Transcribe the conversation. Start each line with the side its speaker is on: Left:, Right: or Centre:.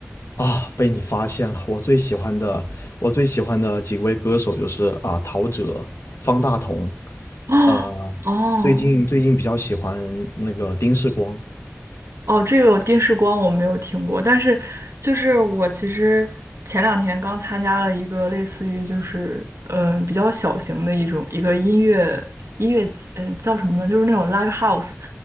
Left: 啊，被你发现了，我最喜欢的我最喜欢的几位歌手就是啊，陶喆、方大同，
Right: 哦哦，
Left: 呃，最近最近比较喜欢那个丁世光，
Right: 哦，这个电视光我没有听过，但是就是我其实前两天刚参加了一个类似于就是嗯比较小型的一种一个音乐音乐节，嗯叫什么呢？就是那种 live house，